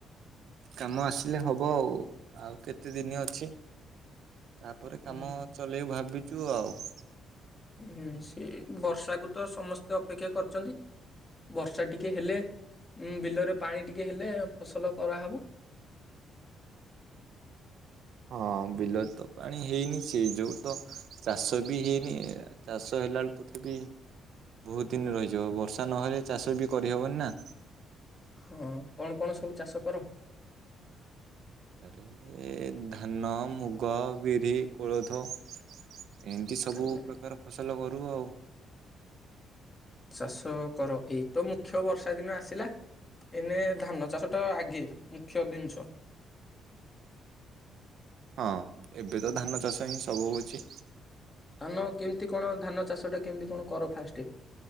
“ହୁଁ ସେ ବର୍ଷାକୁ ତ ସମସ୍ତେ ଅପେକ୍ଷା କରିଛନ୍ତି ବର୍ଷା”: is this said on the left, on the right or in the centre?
Left